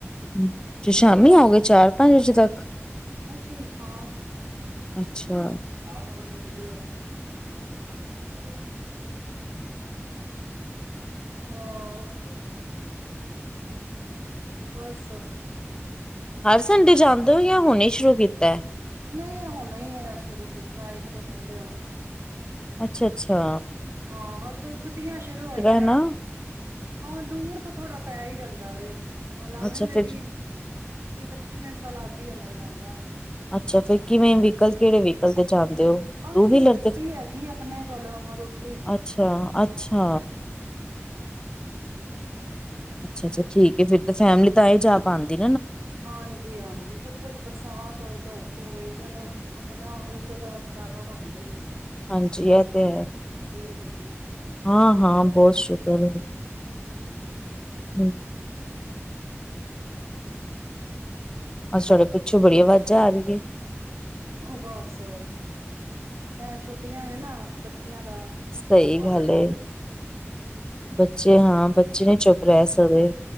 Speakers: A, on the left; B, on the right.
A: ਹੂੰ, ਦੇ ਸ਼ਾਮੀ ਆਓਗੇ, ਚਾਰ ਪੰਜ ਵਜੇ ਤੱਕ।
B: ਅਸੀਂ ਹਾਂ।
A: ਅੱਛਾ।
B: ਆ ਕਬੜੇ ਜਲਦੀ ਔ ਪੰਜ ਮਿੰਟ ਏ ਕੋਛ ਕਰੋ। ਹੋਰ ਬੱਸ
A: ਹਰ ਸੰਡੇ ਜਾਂਦੇ ਔ ਯਾ ਹੁਣੇ ਸ਼ੁਰੂ ਕੀਤੈ।
B: ਨਹੀਂ ਆ ਹੁਣੇ ਹੀ ਐ ਸ਼ੁਰੂ ਕੀਤਾ ਇੱਕ ਦੋ ਸੰਡੇ ਆ ਨਾ।
A: ਅੱਛਾ ਅੱਛਾ।
B: ਹਾਂ, ਅੱਜ ਛੁੱਟੀਆਂ ਸ਼ੁਰੂ ਹੋਈਆਂ ਨੇ।
A: ਹਨਾ
B: ਹਾਂ, ਦੂਰ ਤਾਂ ਥੋੜਾ ਪੈ ਹੀ ਜਾਂਦੈ ਵੇ। ਹੋਰ ਲੱਗ
A: ਅੱਛਾ
B: ਜਾਂਦੇ
A: ਫਿਰ
B: ਵੀਹ ਵੀਹ ਪੱਚੀ ਮਿੰਟ ਤਾਂ ਲੱਗ ਲੱਗ ਈ ਜਾਂਦੈ ਜਾੰਦੇਆ।
A: ਅੱਛਾ ਫਿਰ ਕਿਵੇਂ ਵਹੀਕਲ ਕਿਹੜੇ ਵਹੀਕਲ ਤੇ ਜਾਂਦੇ ਹੋ ਟੂ
B: ਅਸੀ
A: ਵੀਲਰ
B: ਗੱਡੀ ਹੈਗੀ ਅਪਣੇ ਕੋਲੋਂ ਮਰੂਤ
A: ਅੱਛਾ ਅੱਛਾ। ਅੱਛਾ ਅੱਛਾ, ਠੀਕ ਹੈ ਫਿਰ ਤਾਂ ਫੈਮਲੀ ਤਾਂ ਈ ਜਾ ਪਾਂਦੀ।
B: ਹਾਂਜੀ ਹਾਂਜੀ, ਫੇਰ ਕੁੱਛ ਬਰਸਾਤ ਹੋਏ ਧੋਪ ਹੋਵੇ ਚਲੋ, ਆਪਣਾ ਵੀਹਕਲ ਦਾ ਫੈਦਾ ਤਾਂ ਹੁੰਦਾ ਈ ਏ।
A: ਹਾਂਜੀ ਇਹ ਤੇ ਹੈ,
B: ਹੈ ਗੱਡੀ
A: ਹਾਂ- ਹਾਂ ਬਹੁਤ ਸ਼ੁਕਰ ਐ। ਹੂੰ। ਅੱਜ ਤੁਹਾਡੇ ਪਿੱਛੋਂ ਬੜੀ ਆਵਾਜ਼ਾਂ ਆ ਰਹੀ ਹੈ
B: ਉਹ ਬਸ ਕ ਛੁੱਟੀਆਂ ਨੇ ਨਾ ਬੱਚਿਆਂ ਦਾ
A: ਸਹੀ
B: ਤਾਨੂੰ ਪਤਾ
A: ਗੱਲ
B: ਈ
A: ਏ
B: ਐ।
A: ਬੱਚੇ ਹਾਂ ਬੱਚੇ ਨਹੀਂ ਚੁੱਪ ਰਹਿ ਸਕਦੇ,